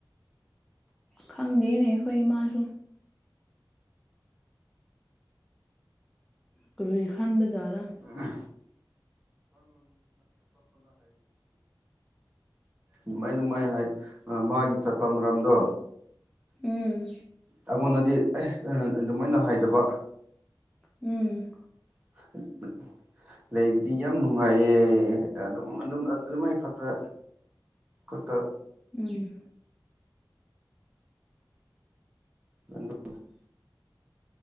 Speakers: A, in the centre; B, on the right.
A: ꯈꯪꯗꯦꯅꯦ ꯑꯩꯈꯣꯏ ꯏꯃꯥꯁꯨ ꯀꯔꯤ ꯈꯥꯟꯕꯖꯔꯥ
B: <unintelligible> ꯗꯨꯃꯥꯏ ꯗꯨꯃꯏ ꯍꯥꯏ ꯑ ꯃꯥꯒꯤ ꯆꯠꯄ ꯃꯔꯝꯗꯣ
A: ꯎꯝ
B: ꯑꯉꯣꯟꯗꯗꯤ ꯑꯁ ꯑꯗꯨꯃꯥꯏꯅ ꯍꯥꯏꯗꯕ
A: ꯎꯝ
B: <inaudible> ꯂꯩꯕꯗꯤ ꯌꯥꯝ ꯅꯨꯡꯉꯥꯏꯌꯦ ꯑꯗꯨꯝ ꯑꯗꯨꯝ ꯑꯗꯨꯃꯥꯏ ꯈꯛꯇ ꯀ ꯀꯥ
A: ꯎꯝ
B: <inaudible>